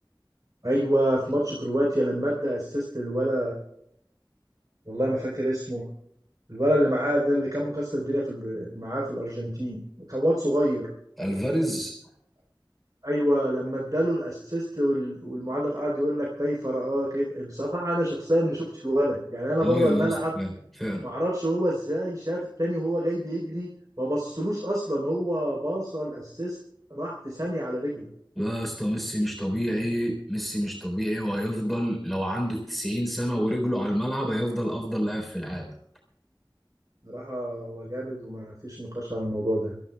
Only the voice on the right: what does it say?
ايوه في ماتش كرواتيا لما ادى اسيست للولا والله ما فاكر اسمه الولا اللي معاه ده اللي كان مكسر الدنيا في الب... معاه في الارجنتين كان واد صغير
ايوه لما اداله الاسيست وال... والمعلق قعد يقول لك كيف رآه كيف بصراحه انا شخصيا ما شفتش الولا يعني انا بره
الملعب
معرفش هو ازاي شاف التاني وهو جاي بيجري ما بصلوش اصلا هو باص الاسيست راح في ثانية على رجله
بصراحة هو جامد وما فيش نقاش على الموضوع ده